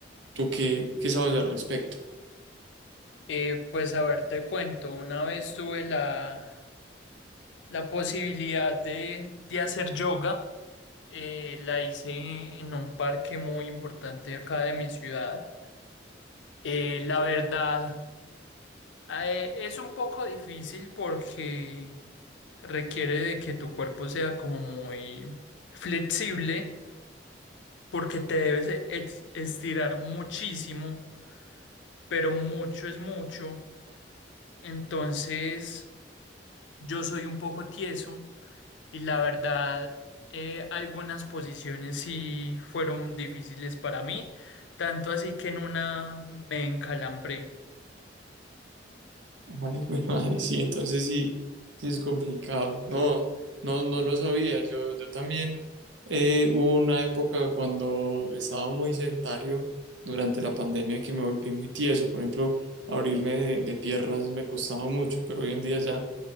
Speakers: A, on the right; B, on the left.
A: ¿tú qué, qué sabes al respecto?
B: Eh, pues a ver, te cuento, una vez tuve la, la posibilidad de, de hacer yoga, eh, la hice en un parque muy importante acá de mi ciudad. Eh, la verdad, eh, es un poco difícil porque requiere de que tu cuerpo sea como muy flexible, porque te debes e- ex- estirar muchísimo, pero mucho es mucho. Entonces... Yo soy un poco tieso y la verdad, eh, algunas posiciones sí fueron difíciles para mí, tanto así que en una me encalambré.
A: Ay, güey, <laughs> madre, sí, entonces sí, sí es complicado. No, no, no lo sabía. Yo, yo también eh, hubo una época cuando estaba muy sedentario durante la pandemia que me volví muy tieso. Por ejemplo, abrirme de, de piernas me costaba mucho, pero hoy en día ya,